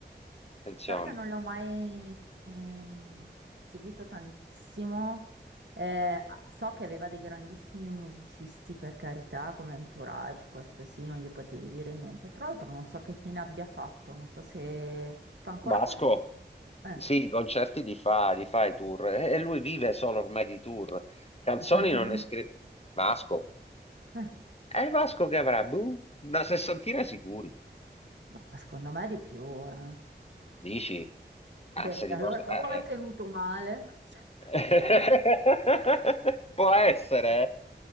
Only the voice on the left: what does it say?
attenzione.
Vasco,
sì, i concerti li fa, li fa i tour, e e lui vive solo ormai di tour. Canzoni
non
ne
scrive. Vasco,
è Vasco che avrà, boh, una sessantina sicuri,
dici? Ma
se li
porta... eh,
eh.
<laughs> Può essere, eh.